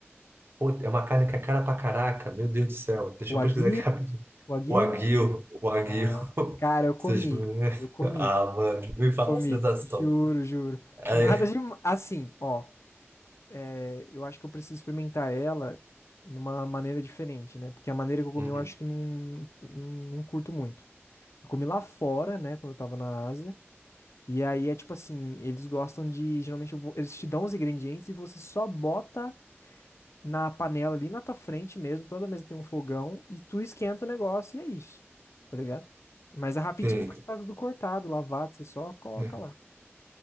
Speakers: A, on the right; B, on the left.
A: Pô, é uma carne que é cara pra caraca, meu Deus do céu. Deixa
B: O
A: eu
B: aguil,
A: pesquisar aqui rapidinho.
B: o aguil.
A: O aguil, o aguil.
B: ah,
A: <laughs>
B: cara, eu comi,
A: Vocês...
B: eu comi,
A: Ah, mano, me fala
B: comi,
A: a sensação.
B: juro, juro.
A: É...
B: Nada de assim, ó. é, Eu acho que eu preciso experimentar ela numa maneira diferente, né? Porque a maneira que eu comi,
A: Uhum.
B: eu acho que não, não, não curto muito. Eu comi lá fora, né? Quando eu tava na Ásia. E aí é tipo assim, eles gostam de, geralmente vo- eles te dão os ingredientes e você só bota na panela ali na tua frente mesmo, toda mesa tem um fogão e tu esquenta o negócio e é isso. Tá ligado? Mas é rapidinho
A: Sim.
B: porque tá tudo cortado, lavado, você só coloca
A: Uhum.
B: lá.